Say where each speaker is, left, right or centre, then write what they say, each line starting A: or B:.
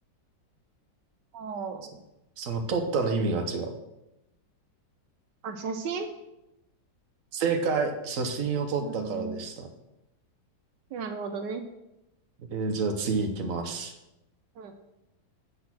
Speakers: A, on the right; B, on the right.
A: おー。
B: そその取ったの意味が違う。
A: あ、写真
B: 正解。写真を撮ったからでした。
A: うん。なるほどね。
B: えーじゃあ次行きます。
A: うん。